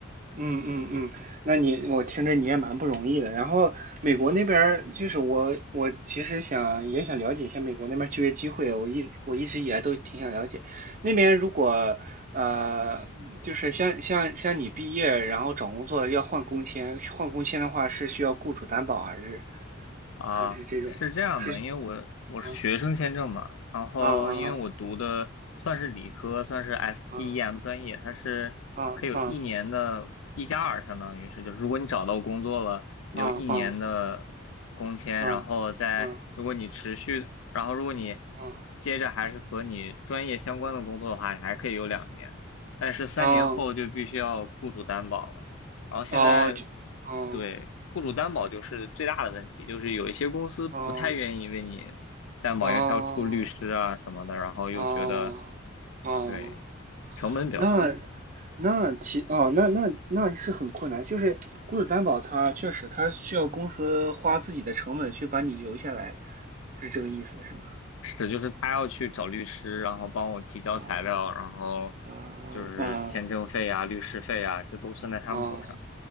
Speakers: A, on the right; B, on the left.
A: 嗯嗯嗯，那你我听着你也蛮不容易的。然后美国那边儿就是我我其实想也想了解一下美国那边儿就业机会，我一我一直以来都挺想了解。那边如果呃就是像像像你毕业然后找工作要换工签，换工签的话是需要雇主担保啊还是
B: 啊，
A: 还是这种是
B: 是这样的，因为我我是学生签证嘛，
A: 啊
B: 然后因为我读的算是理科，
A: 啊啊
B: 算是 STEM
A: 啊
B: 专业，它是可以有一年的一加二，
A: 啊啊
B: 相当于是，就是如果你找到工作了，有一年的工签，
A: 啊啊啊啊啊啊啊
B: 然后再如果你持续，然后如果你
A: 啊！
B: 接着还是和你专业相关的工作的话，你还可以有两年，但是三年后就必须要雇主担保了。
A: 哦
B: 然后现在
A: 哦，就，哦，
B: 对雇主担保就是最大的问题，就是有一些公司不太愿意为你担保，
A: 哦，哦，
B: 因为他要出律师啊什么的，然后又觉得
A: 哦，哦，
B: 对成本比较高。
A: 那那其哦，那那那是很困难，就是雇主担保他确实他需要公司花自己的成本去把你留下来，是这个意思是吗？
B: 是，就是他要去找律师，然后帮我提交材料，
A: 哦，
B: 然后
A: 哦，
B: 就是签证费啊、
A: 哦，
B: 律师费啊，这都算在他们头上。
A: 哦，